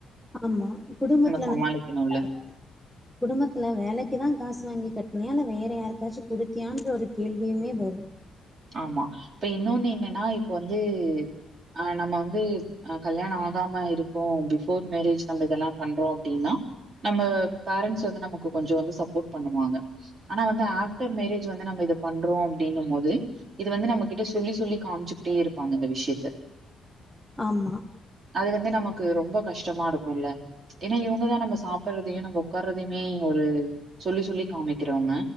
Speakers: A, in the centre; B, on the right.
A: ஆமா குடும்பத்துல
B: சமாளிக்கணும்ல.
A: வந்து <inaudible> குடும்பத்துல வேலைக்கு தா காஸ் வாங்கி கட்னியா இல்ல வேற யார்க்காச்சு குடுத்தியான்ற ஒரு கேள்வியுமே வரு
B: ஆமா இப்ப இன்னோன்னு என்னன்னா இப்ப வந்து ஆ நம்ம வந்து அ கல்யாண ஆகாம இருக்கோ பிஃபோர் மேரேஜ் நம்ப இதெல்லா பண்றோ அப்டின்னா நம்ம பேரண்ட்ஸ் வந்து நமக்கு கொஞ்சோ வந்து சப்போட் பண்ணுவாங்க ஆனா வந்து ஆஃப்டர் மேரேஜ் வந்து நம்ம இது பண்றோ அப்டிங்க மோது இது வந்து நம்ம கிட்ட சொல்லி சொல்லி காம்ச்சுக்ட்டே இருப்பாங்க இந்த விஷ்யத்த
A: ஆமா
B: அது வந்து நமக்கு ரொம்ப கஷ்டமா இருக்குல்ல ஏனா இவுங்கதா நம்ம சாப்பட்றதயு நம்ம ஒக்கார்றதயுமே ஒரு சொல்லி சொல்லி காமிக்கிறவ்ங்க